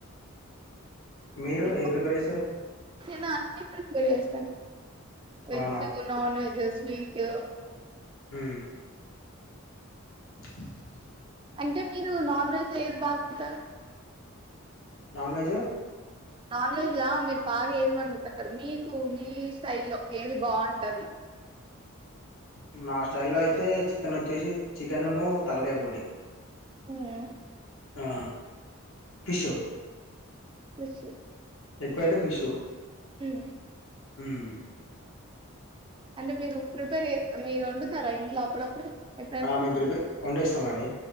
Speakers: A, on the left; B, on the right.
A: మీరు
B: ఎక్కో
A: ఏ ప్రిపేర్ చేస్తారు
B: నేను అన్ని ప్రిఫర్ చేస్తాను, వెజ్జు
A: అవునా
B: గు నాన్ వెజ్, స్వీటు
A: హ్మ్ ఎమ్
B: అంటే మీరు నాన్ వెజ్ ఏది బాగుంట
A: నాన్ వెజ్
B: నాన్ వెజ్ లా మీరు బాగా ఏది వండుతారు, మీకు మీ స్టైల్ లో ఏది బాగుంటది?
A: ఎమ్ నా స్టైల్లో అయితే చికెన్ వచ్చేసి చికెన్ ఉన్నూ తలకాయ, పోటి
B: ఉమ్
A: ఆ ఫిషూ
B: ఫిషూ
A: ఎక్కువైతే ఫిషూ
B: ఉహు
A: హ్మ్
B: అంటే మీరు ప్రిపేర్ చేస్ మీరు వండుతారా ఇంట్ల అప్పుడప్పుడు? ఎప్పుడైనా
A: ఆ మేము ప్రిపేర్ వండేస్తామండి,